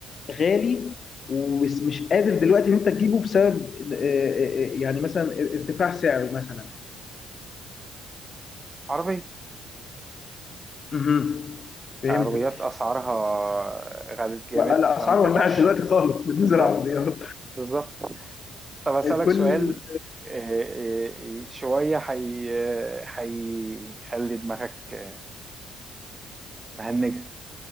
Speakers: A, on the left; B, on the right.
A: غالي ومش مش قادر دلوقتي ان انت تجيبه بسبب آه، آه، آه، يعني مثلا ارتفاع سعره مثلا
B: عربية
A: مهم. فهمتك
B: عربيات أسعارها غالت جامد
A: الاسعار
B: فما تقدرش
A: ولعت دلوقتي خالص <laughs> بتنزل
B: بالظبط
A: عربيات
B: بالظبط طب أسألك
A: كل
B: سؤال آه، آه، شوية حي هيخلي دماغك آه، مهنجة